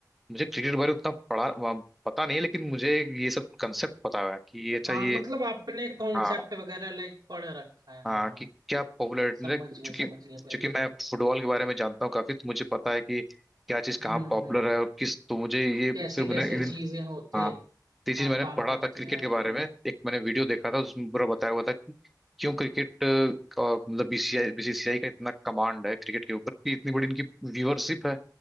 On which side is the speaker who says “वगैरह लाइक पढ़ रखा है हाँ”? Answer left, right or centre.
Right